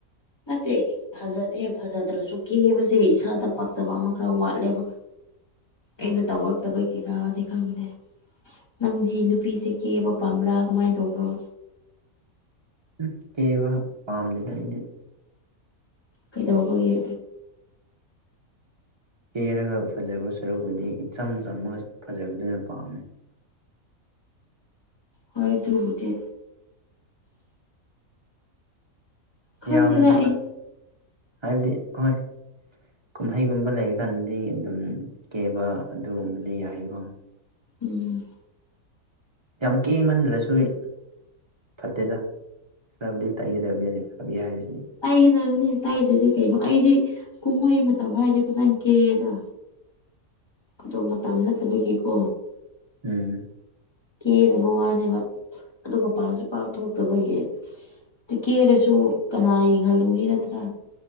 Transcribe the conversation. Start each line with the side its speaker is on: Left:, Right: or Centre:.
Left: ꯅꯠꯇꯦ ꯐꯖꯗꯦ ꯐꯖꯗ꯭ꯔꯖꯨ ꯀꯦꯕꯖꯦ ꯏꯁꯥꯗ ꯄꯛꯇꯕ ꯑꯃ ꯈꯔ ꯋꯥꯠꯂꯦꯕ ꯑꯩꯅ ꯇꯧꯔꯛꯇꯕꯒꯤꯔꯥꯗꯤ ꯈꯪꯗꯦ ꯅꯪꯗꯤ ꯅꯨꯄꯤꯁ‌ꯦ ꯀꯦꯕ ꯄꯥꯝꯕ꯭ꯔꯥ ꯀꯃꯥꯏ ꯇꯧꯕ꯭ꯔꯣ
Right: ꯎꯝ ꯀꯦꯕ ꯄꯥꯝꯗꯦꯗ ꯑꯩꯗꯤ
Left: ꯀꯩꯗꯧꯕꯒꯤ
Right: ꯀꯦꯔꯒ ꯐꯖꯕ ꯁꯔꯨꯛꯄꯨꯗꯤ ꯏꯆꯝ ꯆꯝꯃꯒ ꯐꯖꯕꯗꯨꯅ ꯄꯥꯝꯃꯤ
Left: ꯍꯣꯏ ꯗꯨꯕꯨꯗꯤ ꯈꯪꯗꯦꯗ
Right: ꯌꯥꯝꯅ
Left: ꯑꯩ
Right: ꯍꯥꯏꯕꯗꯤ ꯍꯣꯏ ꯀꯨꯝꯍꯩꯒꯨꯝꯕ ꯂꯩꯔꯀꯥꯟꯗꯗꯤ ꯑꯗꯨꯝ ꯀꯦꯕ ꯑꯗꯨꯒꯨꯝꯕꯗꯤ ꯌꯥꯏꯒꯣ
Left: ꯎꯝ
Right: ꯌꯥꯝ ꯀꯦꯃꯟꯗ꯭ꯔꯁꯨꯏ ꯐꯠꯇꯦꯗꯥ ꯈꯔꯕꯨꯗꯤ ꯇꯩꯒꯗꯕꯅꯤꯅ‌ꯦ ꯁꯥꯕꯤ ꯍꯥꯏꯕꯁꯤꯗꯤ
Left: ꯇꯩꯒꯗꯝꯅꯤ ꯇꯩꯗ꯭ꯔꯗꯤ ꯀꯩꯅꯣ ꯑꯩꯗꯤ ꯀꯨꯝꯍꯩ ꯃꯇꯝ ꯍꯥꯏꯔꯗꯤ ꯐꯖꯅ ꯀꯦꯗꯥ ꯑꯗꯣ ꯃꯇꯝ ꯅꯠꯇꯕꯒꯤꯀꯣ
Right: ꯎꯝ
Left: ꯀꯦꯗꯕ ꯋꯥꯅꯦꯕꯥ ꯑꯗꯨ ꯃꯄꯥꯟꯖꯨ ꯄꯥꯛ ꯊꯣꯛꯇꯕꯒꯤ ꯇꯤ ꯀꯦꯔꯁꯨ ꯀꯅꯥ ꯌꯦꯡꯍꯜꯂꯨꯅꯤ ꯅꯠꯇ꯭ꯔꯥ